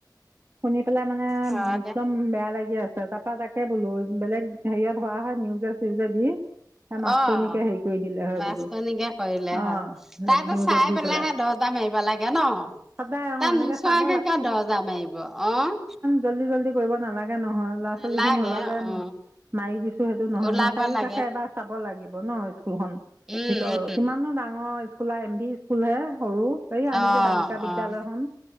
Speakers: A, on the right (about 30°); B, in the centre.
A: শুনি পেলাই মানে
B: অ
A: একদম
B: দে
A: বেয়া লাগি আছে তাত তাৰপৰা তাকে বোলো বেলেগ হেৰিয়ত হোৱা হয় নিউজে-চিউজে দি সেই মাষ্টৰনীকে
B: অঁ
A: হেৰি কৰি দিলে হয়
B: মাষ্টৰনীকে
A: বোলো
B: কৰিলে
A: অঁ
B: হয়। তাইটো
A: নিউজত
B: চাই
A: দি
B: পেলাইহে
A: পেলাই
B: দজা দৰ্জা মাৰিব লাগে ন তাই
A: সদায় অঁ এনেকৈ
B: নোচোৱাকে
A: চাব
B: কিয় দৰ্জা মাৰিব অঁ।
A: জল্দি-জল্দি কৰিব নালাগে নহয়। ল'ৰা-ছোৱালীখিনি
B: নালাগে
A: ওলালে
B: অ
A: মাৰি দিছো সেইটো নহয়-নহয়
B: ওলাব
A: চাৰিওকাষে
B: লাগে
A: এবাৰ চাব লাগিব ন' স্কুলখন
B: উম
A: ভিতৰত।
B: উম
A: কিমানো ডাঙৰ খোলা এম ভি স্কুলহে সৰু। এই আমি
B: অ
A: যে বালিকা বিদ্যালয়খন।
B: অ